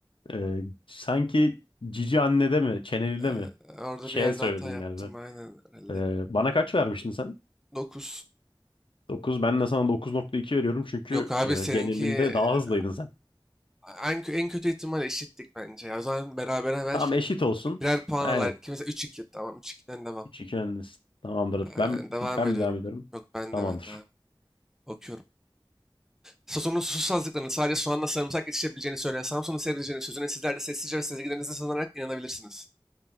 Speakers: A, on the left; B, in the centre.
A: Ee, sanki cici annede mi çenelide
B: Ee,
A: mi?
B: orada
A: Ç
B: bir yerde
A: söyledin
B: hata yaptım
A: galiba.
B: aynen herhalde.
A: Ee, bana kaç vermiştin sen?
B: 9.
A: Dokuz, Ben de sana dokuz nokta iki veriyorum çünkü
B: Yok abi seninki
A: e, genelinde
B: e,
A: daha hızlıydın sen.
B: en, kö- en kötü ihtimal eşittik bence. Ya. O zaman berabere ver.
A: Tamam eşit olsun.
B: Birer puan
A: Aynen.
B: alar. İki mesela 3-2. Tamam 3-2'den devam.
A: üç iki öndesin. Tamamdır.
B: Ee,
A: Ben
B: devam
A: ben
B: ediyorum.
A: mi devam ediyorum?
B: Yok ben
A: Tamamdır.
B: de ben de abi. Okuyorum. Sason'un susuzluklarını sadece soğanla sarımsak yetişebileceğini söyleyen Samsun'un seveceğini sözüne sizler de sessizce ve sezgilerinize sığınarak inanabilirsiniz.